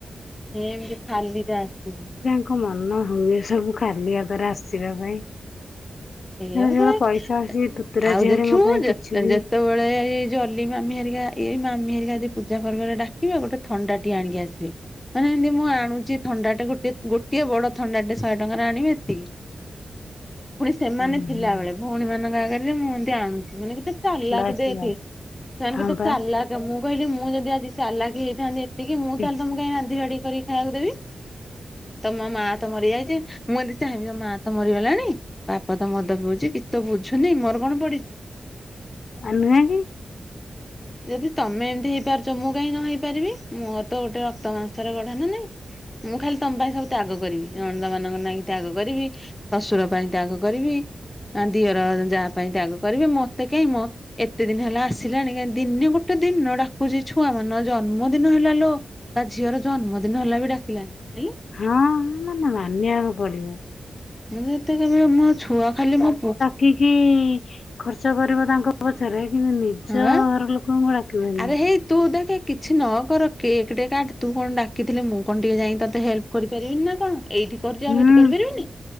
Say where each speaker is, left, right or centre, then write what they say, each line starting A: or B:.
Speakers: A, on the left (about 20°); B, on the left (about 70°).
A: ଏମତି ଖାଲି ଟା ଆସିବେ।
B: ଙ୍କ ମନ ହୁଏ ସବୁ ଖାଲି ହାତରେ ଆସିବା ପାଇଁ।
A: ଏଇଆ
B: ମାନେ ସେଗୁଡା
A: କହେ
B: ପଇସା ଆସି ତୁତୁରା
A: ଆଉ
B: ଝିଅରେ
A: ଦେଖିବୁ
B: ମୋ ପାଇଁ କିଛି
A: ଯେତେବେଳେ
B: ବି
A: ଏଇ ଜଲ ଲି ମାମି ହେରିକା ଏଇ ମାମି ହେରିକା ଯଦି ପୂଜା ପର୍ବ ଡାକିବେ ଆ ଗୋଟେ ଥଣ୍ଡା ଟିଏ ଆଣିକି ଆସିବେ। ମାନେ ଏମତି ମୁଁ ଆଣୁଚି ଥଣ୍ଡା ଟେ ଗୋଟେ ଗୋଟିଏ ବଡ ଥଣ୍ଡାଟେ ଶହେ ଟଙ୍କାରେ ଆଣିବେ ଏତିକି। ପୁଣି ସେମାନେ
B: ହୁଁ
A: ଥିଲାବେଳେ
B: ହୁଁ
A: ଭଉଣୀ ମାନଙ୍କ ଆଗରେ ଯେ ମୁଁ ଏମିତି ଆଣୁଚି ମାନେ କେତେ ଚାଲାକ
B: ବାସ୍
A: ଦେଖେ
B: ବାସ୍
A: ସେମାନେ
B: ହଁ
A: କେତେ
B: ବା
A: ଚାଲାକ। ମୁଁ କହିଲି ମୁଁ ଯଦି ଆଜି ସେଲାକି ହେଇଥାନ୍ତି ଏତିକି ମୁଁ
B: ସେମିତି
A: ତାହେଲେ ତମକୁ କାଇଁ ରାନ୍ଧି ବାଡିକରିକି ଖାଇବାକୁ ଦେବି। ତ ମ ମା ତ ମରିଯାଇଚି ମୁଁ ଏମିତି ଚାହିଁବି ତମ ମା ତ ମରିଗଲାଣି। ବାପ ତ ମଦ ପିଉଚି କିଛିତ ବୁଝୁନି ମୋର କଣ ପଡିଛି।
B: ଆଉ ନୁହେଁକି।
A: ଯଦି ତମେ ଏମିତି ହେଇପାରୁଚ ମୁଁ କାହିଁ ନ ହେଇପାରିବି ମୋର ତ ଗୋଟେ ରକ୍ତ ମାଂସରେ ଗଢା ନା ନାଇଁ। ମୁଁ ଖାଲି ତମ ପାଇଁ ସବୁ ତ୍ୟାଗ କରିବି ନଣଦ ମାନଙ୍କ ନାଁକି ତ୍ୟାଗ କରିବି। ଶଶୁର ପାଇଁ ତ୍ୟାଗ କରିବି। ଦିଅର ଯା ପାଇଁ ତ୍ୟାଗ କରିବି ମତେ କାହିଁ ମୋ ଏତେ ଦିନ ହେଲା ଆସିଲାଣି କାଇଁ ଦିନେ ଗୋଟେ ଦିନ ଡାକୁଚି ଛୁଆ ମାନଙ୍କ ଜନ୍ମଦିନ ହେଲା ଲୋ। ତା ଝିଅର ଜନ୍ମଦିନ ହେଲା ବି ଡାକିଲାନି।
B: ହଁ ମାନେ ମାନିବାକୁ ପଡିବ।
A: ମୁଁ ଯେତେ <unintelligible> ମୋ ଛୁଆ ଖାଲି ମୋ ପୁଅ।
B: ଠିକି ଖର୍ଚ୍ଚ କରିବ ତାଙ୍କ ପଛରେ କିନ୍ତୁ ନି
A: ହଁ
B: ଚ
A: ବା
B: ଘର ଲୋକଙ୍କୁ ଡାକିବନି।
A: ଆରେ ହେଇ ତୁ ଦେଖେ କିଛି ନ କର କେକ୍ ଟେ କାଟ ତୁ କଣ ଡାକିଥିଲି ମୁଁ କଣ ଟିକେ ଯାଇ ତୋତେ ହେଲ୍ପ କରିପାରିବିନି ନା କଣ ଏଇଟି କରୁଚି ଆଉ
B: ହୁଁ
A: ହେଟି କରିପାରିବିନି